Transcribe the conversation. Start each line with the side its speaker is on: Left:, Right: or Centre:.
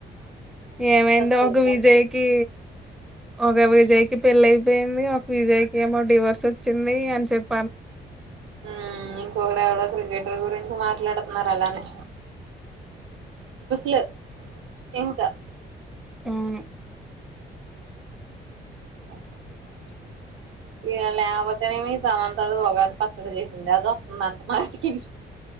Centre: ఏమైందో
Right: తెలుసా
Centre: ఒక విజయ్కి ఒక విజయ్కి పెళ్ళి అయిపోయింది ఒక విజయ్కి ఏమో డివోర్స్ వచ్చింది అని చెప్
Right: హ్మ్ ఇంకొకడు ఎవడో క్రికెటర్ గురిం మాట్లాడుతున్నారు అలానే లు ఇంకా
Centre: వును
Right: బ్లాంక్ ఇగ లేకపోతేనేమొ ఈ సమంతాది ఉగాది పచ్చడి చేసింది అది వొత్తుంది అంట మాటికి